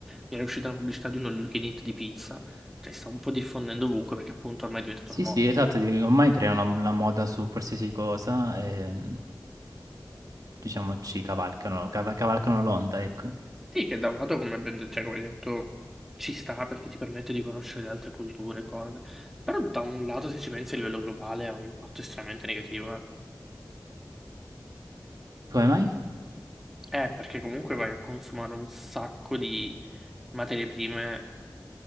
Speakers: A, in the centre; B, on the right.
A: mi era uscita una pubblicità di uno You Can Eat di pizza, cioè si sta un po' diffondendo ovunque perché appunto ormai è diventato
B: Sì,
A: una
B: sì,
A: moda.
B: esatto, sì, ormai creano la moda su qualsiasi cosa e mh, diciamo ci cavalcano, cava- cavalcano l'onda, ecco.
A: Sì, che da un lato, come ben detto, cioè, come hai detto, ci sta perché ti permette di conoscere le altre culture, cose. Però da un lato, se ci pensi a livello globale, ha un impatto estremamente negativo. Eh,
B: Come mai?
A: Eh, perché comunque vai a consumare un sacco di materie prime